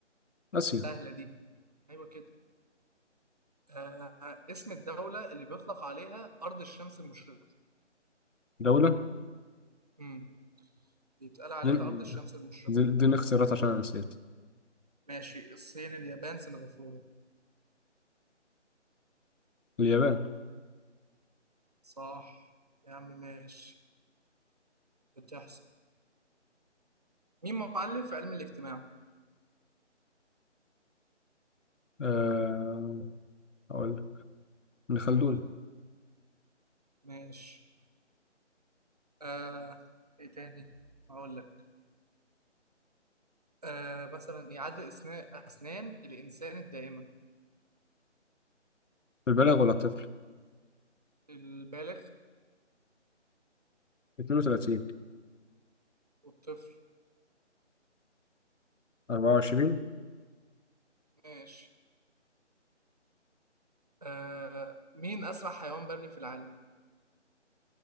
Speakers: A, on the left (about 85°); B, on the right (about 35°).
A: آسيا
B: سهله دي ايوه كده آه اسم الدوله اللي بيطلق عليها ارض الشمس المشرقه
A: دولة
B: امم بيتقال عليها
A: دي,
B: ارض الشمس المشرقه
A: دي, دي الاختيارات عشان أنا نسيت
B: ماشي الصين اليابان سنغافوره
A: اليابان
B: صح يا عم ماشي بتحصل مين مؤلف علم الاجتماع
A: آه... أقول لك. ابن خلدون
B: قول لي ماشي آه ايه تاني هقول لك آه مثلا إيه؟ عدد اسنان اسنان الانسان الدائمه
A: البالغ ولا الطفل
B: البالغ
A: 32
B: والطفل
A: 24
B: ماشي آه مين اسرع حيوان بري في العالم